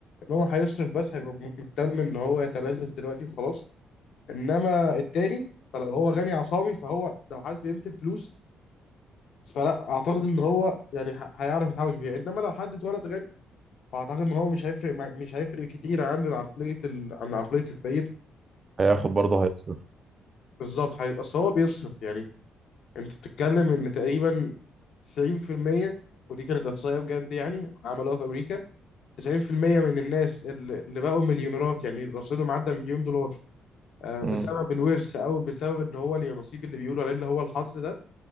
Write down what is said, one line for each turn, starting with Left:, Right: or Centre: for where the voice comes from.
Left: ان هو هيصرف بس هيبقى م- مهتم ان هو يتلذذ دلوقتي وخلاص انما التاني فلو هو غني عصامي فهو لو حاسس بقيمة الفلوس فلا اعتقد ان هو يعني ه- هيعرف يتحوش بيها انما لو حد اتولد غني فاعتقد ان هو مش هيفرق مع- مش هيفرق كتير عن عقليه ال... عن عقليه الفقير
Right: هياخد برضه هيصرف
Left: بالظبط حقيقي. اصل هو بيصرف يعني انت بتتكلم ان تقريبا 90% ودي كانت احصائيه بجد يعني عملوها في امريكا 90% من الناس اللي اللي بقوا مليونيرات يعني رصيدهم عدى مليون دولار آه،
Right: مم.
Left: بسبب الورث او بسبب اللي هو النصيب اللي بيقولوا عليه اللي هو الحظ ده